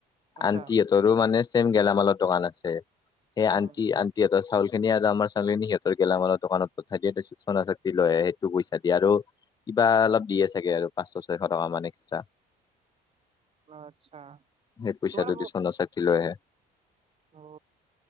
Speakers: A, on the right; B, on the left.
A: আচ্ছা
B: আন্টিহঁতৰো মানে চেইম গেলামালৰ দোকান আছে সেই
A: উম,
B: আণ্টি-আণ্টিহঁতৰ চাউল সেইখিনি আৰু আমাৰ সিহঁতৰ গেলামালৰ দোকানত প‌ইচা দিয়ে তাৰ পিছত শনন-চক্তি লৈ আহে সেইটো পইচা দি আৰু কিবা অলপ দিয়ে চাগে আৰু পাঁচশ-ছয়শ, টকামান এক্সট্ৰা।
A: আচ্ছা
B: সেই পইচাটো
A: তোমাৰ
B: দি চনা-চা লৈ আহে।
A: অ